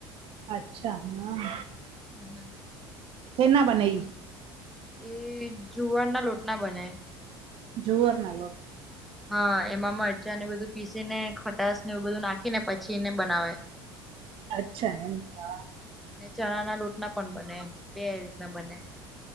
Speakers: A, on the right; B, in the centre.
A: અચ્છા હહ.
B: હમ હમ
A: શેના બને ઈ
B: એ જુવાર ના લોટના બને
A: જુવાર ના લોટ
B: હા એમાં મરચાં ને એ બધું પીસી ને ખટાસ ને એવું બધું નાખી ને પછી એને બનાવાય. <inaudible>
A: અચ્છા એમ હા
B: ને ચણા ના લોટ ના પણ બને બે રીતના બને